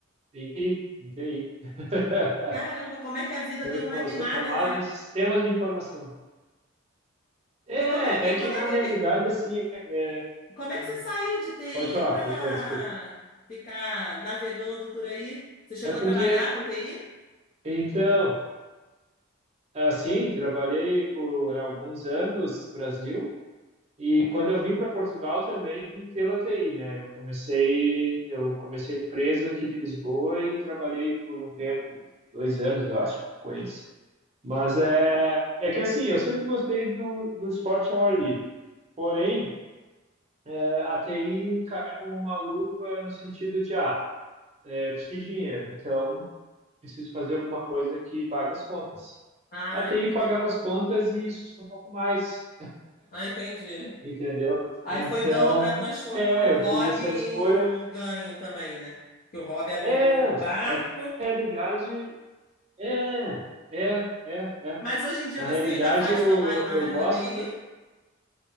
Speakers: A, on the right; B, on the left.
A: TI, em TI. <laughs>
B: Caramba, como é que a vida deu
A: Eu
B: uma guinada,
A: sou formado
B: né?
A: em sistemas de informação. É,
B: E como é, e
A: é que
B: como
A: na
B: é que,
A: realidade,
B: me-
A: assim, é-
B: como é
A: hum,
B: que você saiu de TI
A: pode falar,
B: para
A: pode falar, desculpa.
B: ficar navegando por aí? Você chegou
A: É
B: a
A: porque,
B: trabalhar com TI?
A: então, assim, trabalhei por alguns anos no Brasil e quando eu vim para Portugal também pela TI, né? Eu comecei, eu comecei a empresa aqui de Lisboa e trabalhei por um tempo, dois anos, eu acho, com eles. Mas é, é que assim, eu sempre gostei do, do esporte ao ar livre. Porém, eh, a TI caiu como uma luva no sentido de, ah, é, preciso de dinheiro, então preciso fazer alguma coisa que pague as contas.
B: Ah,
A: A TI
B: entendi.
A: pagava as contas e isso um pouco mais,
B: Ah, entendi.
A: entendeu?
B: Aí
A: Então,
B: foi dando para transformar
A: é,
B: o hobby
A: eu fiz essa
B: em
A: escolha.
B: um ganho também, né? Que o hobby era
A: É,
B: o, o barco.
A: é que na realidade, é, é, é, é.
B: Mas hoje em dia
A: Na
B: você
A: realidade,
B: ainda faz
A: eu,
B: trabalho
A: eu,
B: na
A: eu
B: área
A: gosto,
B: da TI?